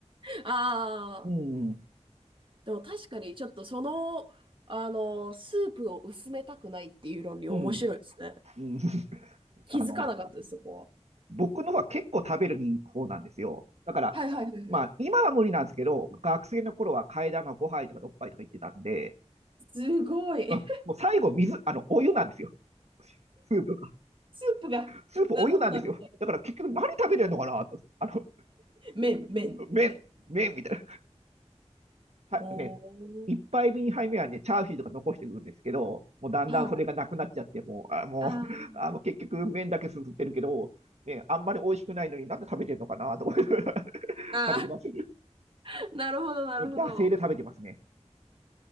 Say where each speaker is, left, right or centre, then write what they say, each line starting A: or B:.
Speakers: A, on the right; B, on the right.
A: ああ、
B: うん、うん、
A: でも確かに、ちょっとその、あの、スープを薄めたくないっていう論理面白いですね。
B: うん、うん。<laughs>
A: 気づかなかったです、
B: あの、
A: そこは。
B: 僕のは結構食べる方なんですよ。だから、
A: はいはいはいはい。
B: まあ、今は無理なんですけど、学生の頃は替え玉5杯とか6杯とか言ってたんで、
A: すごい。
B: うんもう最後、
A: <laughs>
B: 水、あの、お湯なんですよ。スープが。
A: スープが。
B: スープお湯なんですよ。
A: <laughs> なるほど、なるほど。
B: だから結局何食べてるのかなと。あの、
A: 麺、麺、
B: 麺、
A: みたいな。
B: 麺みたいさね、
A: お
B: 一杯目、
A: ー。
B: 二杯目はね、チャーシューとか残してくるんですけど、もうだんだんそれがなくなっちゃって、
A: はい。
B: もう、あ、もう、
A: あー
B: <laughs> あの、結局麺だけすすってるけど、ね、あんまり美味しくないのになんで食べてるのかなと思って <laughs>
A: あー。
B: 食べてますね。
A: <laughs> あなるほど、なるほど。
B: え惰性で食べてますね。